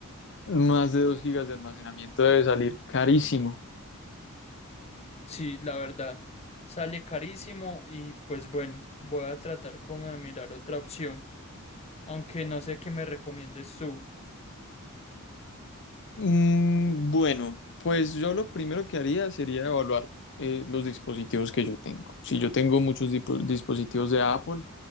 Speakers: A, on the left (about 55°); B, on the left (about 30°).
A: más de 2 gigas de almacenamiento debe salir carísimo.
B: Sí, la verdad, sale carísimo y pues bueno, voy a tratar como de mirar otra opción, aunque no sé qué me recomiendes tú.
A: Mm, bueno, pues yo lo primero que haría sería evaluar eh, los dispositivos que yo tengo. Si yo tengo muchos dipo- dispositivos de Apple,